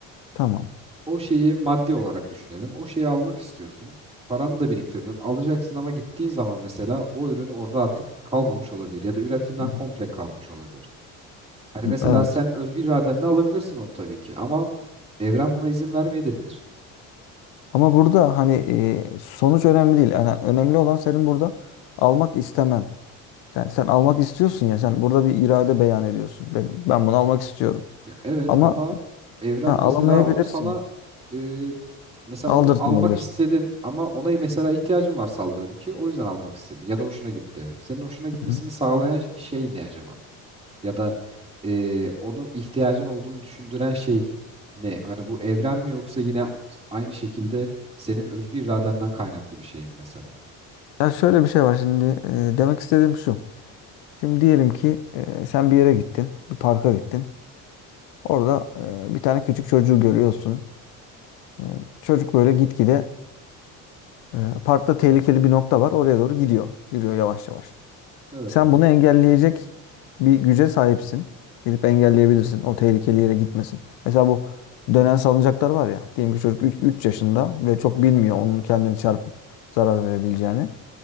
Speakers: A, on the left; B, on the right.
A: Tamam.
B: O şeyi maddi olarak düşünelim. O şeyi almak istiyorsun. Paranı da biriktirdin. Alacaksın ama gittiğin zaman mesela o ürün orada artık kalmamış olabilir ya da üretimden
A: Hı hı.
B: komple kalkmış olabilir. Hani
A: Hı,
B: mesela
A: Evet.
B: sen özgür iradenle alabilirsin onu tabii ki ama evren buna izin vermeyebilir.
A: Ama burada hani e, sonuç önemli değil. Yani önemli olan senin burada almak istemen. Sen, sen almak istiyorsun ya. Sen burada bir irade beyan ediyorsun. Benim, ben bunu almak istiyorum.
B: Ya evet
A: Ama
B: ama evren
A: ha,
B: mesela
A: alamayabilirsin.
B: onu sana e, mesela
A: Aldırtma
B: onu almak
A: oluyorsun.
B: istedin ama ona mesela ihtiyacın var sallıyorum ki o yüzden almak istedin ya da hoşuna gitti. Senin hoşuna gitmesini
A: Hı hı.
B: sağlayan şey ne acaba? Ya da e, onu ihtiyacın olduğunu düşündüren şey ne? Yani bu evren mi yoksa yine aynı şekilde senin özgür iradenden kaynaklı bir şey mi mesela?
A: Ya şöyle bir şey var şimdi. e, demek istediğim şu. Şimdi diyelim ki e, sen bir yere gittin. Bir parka gittin. Orada e, bir tane küçük çocuğu görüyorsun. E, çocuk böyle gitgide e, parkta tehlikeli bir nokta var. Oraya doğru gidiyor. Yürüyor yavaş yavaş.
B: Evet
A: Sen
B: abi.
A: bunu engelleyecek bir güce sahipsin. Gidip engelleyebilirsin. O tehlikeli yere gitmesin. Mesela bu dönen salıncaklar var ya. Diyelim ki çocuk 3 yaşında ve çok bilmiyor onun kendini çarpıp zarar verebileceğini.